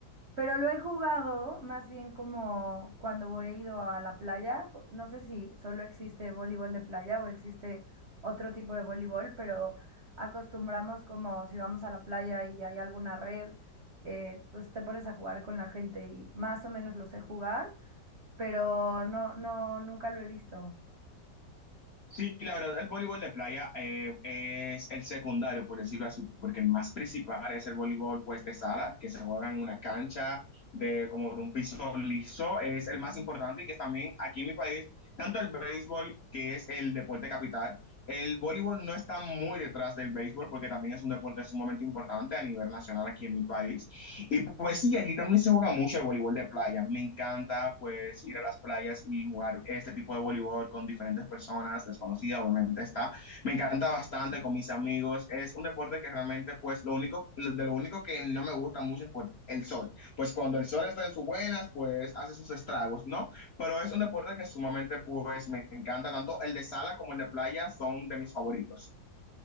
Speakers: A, on the right; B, on the left.
A: pero lo he jugado más bien como cuando voy- he ido a la playa. co- No sé si solo existe voleibol de playa o existe otro tipo de voleibol, pero acostumbramos como si vamos a la playa y hay alguna red, eh, pues te pones a jugar con la gente y más o menos lo sé jugar, pero no, no, nunca lo he visto.
B: Sí, la verdad, el voleibol de playa eh, es el secundario, por decirlo así, porque el más principal es el voleibol pues de sala, que se juega en una cancha de como de un piso liso, es el más importante y que también aquí en mi país, tanto el béisbol, que es el deporte capital, el voleibol no está muy detrás del béisbol porque también es un deporte sumamente importante a nivel nacional aquí en mi país. Y pues sí, aquí también se juega mucho el voleibol de playa. A mí me encanta pues ir a las playas y jugar este tipo de voleibol con diferentes personas, desconocidas, obviamente está. Me encanta bastante con mis amigos. Es un deporte que realmente pues lo único, lo- de lo único que no me gusta mucho es por el sol. Pues cuando el sol está en sus buenas, pues hace sus estragos, ¿no? Pero es un deporte que sumamente pues me encanta. Tanto el de sala como el de playa son de mis favoritos.